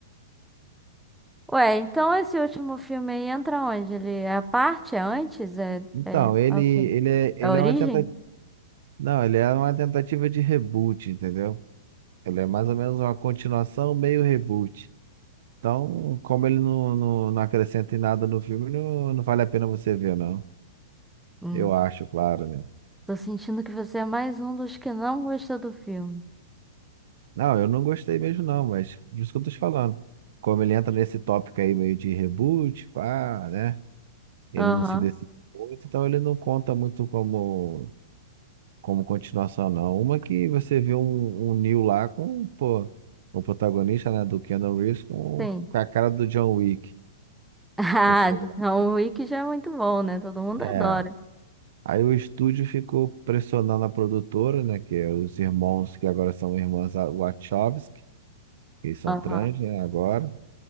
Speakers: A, in the centre; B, on the right (about 55°).
A: Ué, então esse último filme aí entra onde? Ele é a parte? É antes? É,
B: Então,
A: é,
B: ele,
A: é o
B: ele
A: quê?
B: é,
A: É
B: ele
A: a origem?
B: é uma tentativa, não, ele é uma tentativa de reboot, entendeu? Ele é mais ou menos uma continuação meio reboot. Então, como ele não, não, não acrescenta em nada no filme, não, não vale a pena você ver, não.
A: Hum.
B: Eu acho, claro, né?
A: Tô sentindo que você é mais um dos que não gostou do filme.
B: Não, eu não gostei mesmo, não, mas por isso que eu tô te falando. Como ele entra nesse tópico aí meio de reboot, pá, né? Ele
A: Aham,
B: não se decide muito, então ele não conta muito como, como continuação, não. Uma que você vê um, um Neo lá com, pô, um protagonista, né, do Keanu Reeves com,
A: sim.
B: com a cara do John Wick.
A: Ah,
B: Ou seja,
A: então o Wiki já é muito bom, né? Todo mundo
B: é.
A: adora.
B: Aí o estúdio ficou pressionando a produtora, né, que é os irmãos que agora são irmãs Wachowski, que são
A: Aham,
B: trans, né, agora.